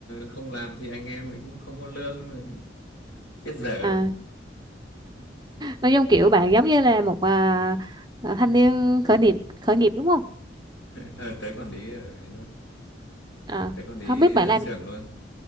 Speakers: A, on the left; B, on the right.
A: không làm thì anh em cũng không có lương chết dở
B: À, nói chung kiểu bạn giống như là một à, à, thanh niên khởi nghiệp khởi nghiệp đúng không?
A: <laughs> ờ, tới quản lý ở ấy luôn
B: À,
A: tới quản lý
B: không biết bạn làm
A: xưởng luôn